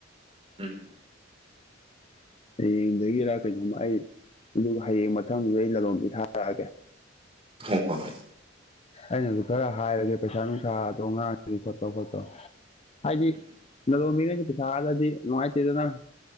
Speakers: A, on the right (about 30°); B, on the left (about 30°).
A: ꯎꯝ
B: ꯍꯌꯦꯡꯗꯒꯤꯔ ꯀꯩꯅꯣꯝꯃ ꯑꯩ ꯑꯗꯨꯒ ꯍꯌꯦꯡ ꯃꯊꯪꯗ ꯑꯩ ꯂꯂꯣꯟꯕꯤ ꯊꯥꯔꯛꯑꯒꯦ
A: ꯍꯣ ꯍꯣꯏ ꯍꯣꯏ
B: ꯑꯩꯅꯁꯨ ꯈꯔ ꯍꯥꯏꯔꯒꯦ ꯄꯩꯁꯥ ꯅꯨꯡꯁꯥꯗꯣ ꯉꯥ ꯆꯤꯡ ꯈꯣꯠꯄꯗꯣ ꯍꯥꯏꯗꯤ
A: ꯎꯝ
B: ꯂꯂꯣꯡꯕꯤꯔꯁꯤ ꯄꯩꯁꯥꯗꯗꯤ ꯅꯨꯡꯉꯥꯏꯇꯦꯗꯗꯅ